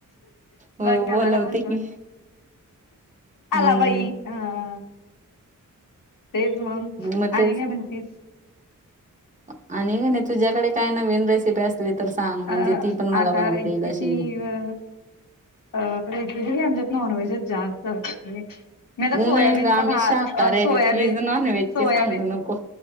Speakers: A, on the right (about 25°); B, on the left (about 75°).
A: हो
B: बघा
A: बोलवते
B: आम्हाला पण
A: की हूं!
B: आला बाई हा तेच मंग
A: मग
B: आणि
A: तेच
B: काय म्हणतीस?
A: आणि काय नाही, तुझ्याकडे काय नवीन रेसिपी असली तर सांग म्हणजे
B: अ
A: ती पण मला
B: आता
A: बनवता
B: रेसीपी
A: येईल अशी
B: अ अ <unintelligible> आमच्यात नॉनव्हेजच जास्त असते व्हयं. नाहीत सोयाबीनचा
A: नाही ग आम्ही
B: भा
A: शाकाहारी
B: अ सोयाबीन,
A: आहे प्लीज नॉनव्हेज
B: सोयाबीन
A: ची सांगू नको